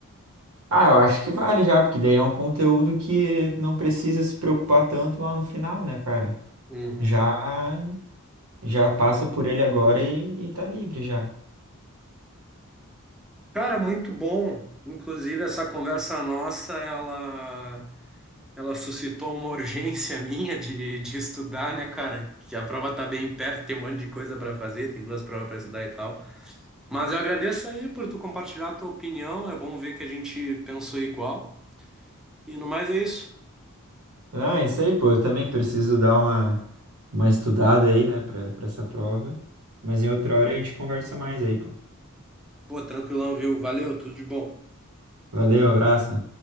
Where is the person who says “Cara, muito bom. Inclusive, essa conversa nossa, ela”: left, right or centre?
Centre